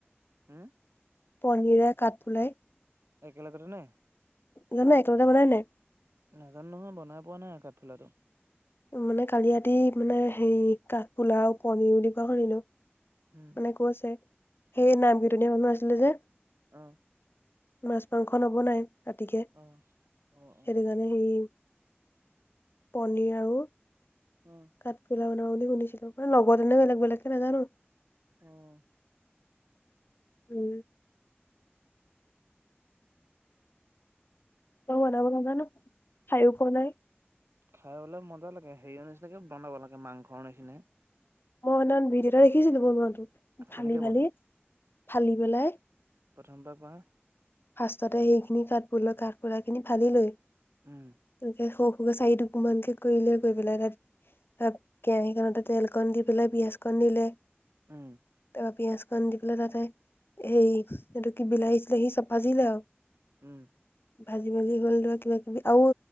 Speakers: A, on the right; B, on the left.
A: উম'।
B: পঢ়িলে কাট ফুলাই।
A: একেলগতে নে?
B: জানোঁ একেলগতে বনাই নাই।
A: নাজানোঁ নহয় বনাই পোৱা নাই কাঠফুলাটো।
B: মানে কালি ৰাতি মানে হেৰি কাঠফুলা পনিৰ বুলি কোৱা শুনিলোঁ।
A: উম
B: মানে কৈছে আছে, সেই নাম কেইটা নিয়া মানুহ আছিলে যে।
A: অহ।
B: মাছ-মাংস নবনাই ৰাতিকে সেইটো
A: অ অ অ
B: কাৰণে। মানে হেৰি পনিৰ আৰু
A: উম'।
B: কাঠফুলা বনাব বুলি শুনিছিলোঁ মানে লগত এনেতেই নে বেলেগ বেলেগকে নাজানোঁ।
A: উম'।
B: উম। মই বনাব নাজানোঁ খাইয়ো পোৱা নাই।
A: খাইা বোলে মজা লাগে, হেৰিৰ নিচিনাকে বনাব লাগে মাংসৰ নিচিনাকে।
B: মই সেইনাখন ভিডিঅ' এটা দেখিছিলোঁ বনটো ফালি-ফালি,
A: কেনেকে বনাই
B: ফালি পেলাই।
A: প্ৰথমৰপা কোৱা।
B: ফাৰ্ষষ্টতে সেইখিনি কাঠ কাঠফুলাখিনি ফালি লৈ।
A: উম।
B: এনেকে সৰু সৰুকে চাৰি টুকুৰ মানকে কৰি লৈ কৰি পেলাই তাত কেৰাহীখনতে তেল তেল অকণ দি পেলাই পিয়জ কণ দিলে
A: উম।
B: তাৰপৰা পিয়য়াজখন দি পেলাই তাতে এই এইটো কি বিলাহী-চলাহী চব লয় আৰু।
A: উম।
B: ভাজি ভাজি হ'ল <unintelligible> কিবা-কিবি আৰু